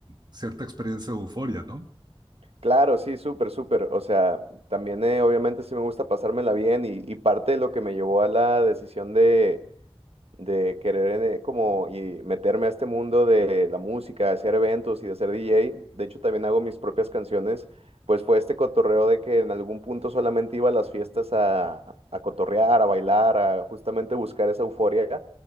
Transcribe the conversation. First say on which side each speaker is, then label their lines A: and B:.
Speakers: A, on the right; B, on the right.
A: cierta experiencia de euforia, ¿no?
B: Claro, sí, súper, súper. O sea, también eh, obviamente sí me gusta pasármela bien y, y parte de lo que me llevó a la decisión de, de querer eh, como y meterme a este mundo de la música, de hacer eventos y de ser DJ. De hecho, también hago mis propias canciones. Pues fue este cotorreo de que en algún punto solamente iba a las fiestas a, a cotorrear, a bailar, a justamente buscar esa euforia.